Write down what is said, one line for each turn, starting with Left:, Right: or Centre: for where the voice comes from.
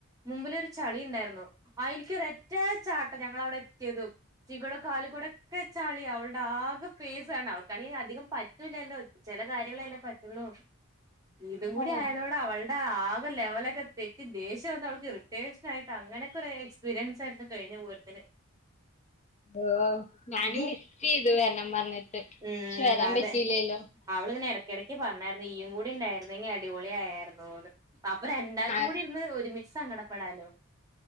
Right: മുമ്പിലൊരു ചളി ണ്ടായിരുന്നു, അയിൽക്കൊരൊറ്റ ചാട്ടം ഞങ്ങൾ അവിടെ എത്തേതും ശിഘേടെ കാലികൂടൊക്കെ ചളിയാ. അവളുടെ ആകെ ഫേസ് ണ്, അവൾക്കാണെയ് അധികം പറ്റ പറ്റൂല്ലല്ലോ? ചില കാര്യങ്ങളല്ലേ പറ്റൊള്ളൂ! ഇതും കൂടി
Left: ആഹ്
Right: ആയതോടെ അവളുടെ ആ കെ ലെവലൊക്കെ തെറ്റി, ദേഷ്യം വന്ന് അവൾക്ക് ഇറിട്ടേഷൻ ആയിട്ട്, അങ്ങനൊക്കെ ഒരു എക്സ്പീരിയൻസ് ആയിരുന്നു കഴിഞ്ഞ പൂരത്തിന്. <inaudible>
Left: ഓഹ്, ഞാന്
Right: ഇയ്യേ
Left: മിസ്സെയ്തു, വെര്ണം പറഞ്ഞിട്ട്.
Right: ഉം
Left: പക്ഷെ, വരാമ്പറ്റില്ലല്ലോ.
Right: അതെ
Left: !
Right: അവളിങ്ങനെ എടക്കെടയ്ക്ക് പറഞ്ഞായിരുന്നു, ഈയും കൂടി ഉണ്ടായിര്ന്നെങ്കിൽ അടിപൊളിയായേര്ന്നുന്ന്. അപ്പൊ രണ്ടാർക്കും
Left: ആഹ്
Right: കൂടി ഇരുന്ന്, ഒരുമിച്ച് സങ്കടപ്പെടാലോ. !